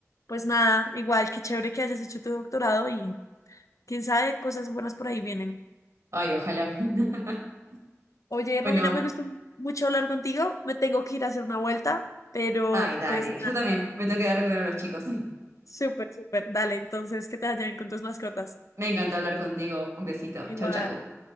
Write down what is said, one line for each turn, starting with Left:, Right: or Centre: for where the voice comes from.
Left: pues nada, igual, qué chévere que hayas hecho tu doctorado y quién sabe, cosas buenas por ahí vienen.
Right: Ay, ojalá. <laughs>
Left: Oye,
Right: Bueno,
Left: Romina, me gustó mucho hablar contigo, me tengo que ir a hacer una vuelta. Pero
Right: ay, dale,
Left: pues
Right: yo también me tengo que dar de comer a los chicos.
Left: Súper, súper. Dale, entonces, que te vaya bien con tus mascotas.
Right: <laughs> Me encantó hablar contigo. Un besito.
Left: Igual.
Right: Chau, chau.